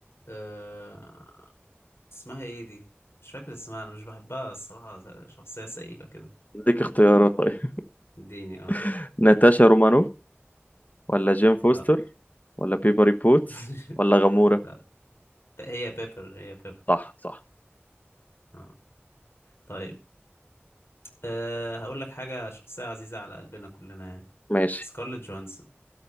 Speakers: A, on the left; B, on the left.
A: أه... اسمها ايه دي مش فاكر اسمها انا مش بحبها الصراحة شخصية سئيلة كده
B: اديك اختيارات طيب
A: اديني اه
B: <laughs> ناتاشا رومانوف ولا جيم فوستر
A: لا
B: ولا بيبري بوتس
A: <laughs>
B: ولا غامورة
A: لا هي بيبر هي بيبر
B: صح صح
A: اه طيب أه... هقول لك حاجة شخصية عزيزة على قلبنا كلنا يعني
B: ماشي
A: سكارلت جوهانسون